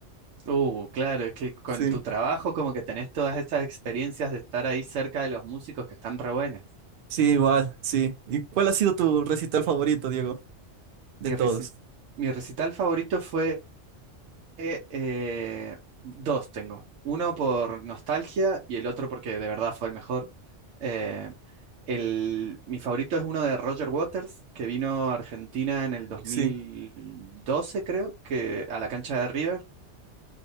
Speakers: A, on the right (about 85°); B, on the right (about 55°).
A: Uh, claro, es que con
B: Sí,
A: tu trabajo como que tenés todas estas experiencias de estar ahí cerca de los músicos que están re buenas.
B: sí, igual, sí. ¿Y cuál ha sido tu recital favorito, Diego? De
A: Mi,
B: todos.
A: reci- mi recital favorito fue eh, dos tengo. Uno por nostalgia y el otro porque de verdad fue el mejor. Eh, el, mi favorito es uno de Roger Waters, que vino a Argentina en el 2012,
B: Sí.
A: creo, que a la cancha de River